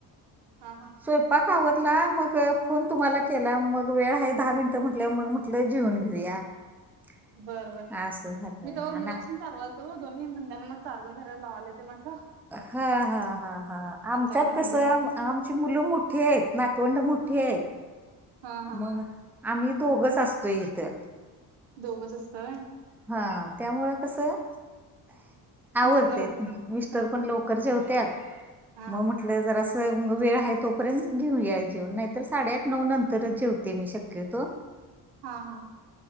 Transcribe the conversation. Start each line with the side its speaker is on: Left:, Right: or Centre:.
Right: हा हा
Centre: स्वयंपाक आवरला मग फोन तुम्हाला केला मग वेळ आहे दहा मिनटं म्हटल्यावर मग म्हटलं जेवून घेऊया <unintelligible>
Right: बरं बर
Centre: असं झालं
Right: मी तव्हा
Centre: हा ना
Right: मुलासनि चारवालतो दोन्ही मुलग्यांना चारवून झाल्यावर लावायला येत म्हटलं
Centre: हा हा हा हा
Right: म्हणताना
Centre: आमच्यात
Right: थांबलो
Centre: कस आमची
Right: थांब
Centre: मुलं मोठी आहेत नातवंड मोठी आहेत
Right: हा हा
Centre: मग आम्ही दोघच असतोय इथं.
Right: दोघच असताय होय
Centre: हा त्यामुळ कसं आवरतय
Right: लवकर
Centre: मिस्टर
Right: हा
Centre: पण लवकर जेवत्यात
Right: हा
Centre: आपलं जर असं वेळ आहे तोपर्यंत घेऊ या जेऊन नाही तर साडेआठ नऊ नंतरच जेवते मी शक्य तो
Right: हा हा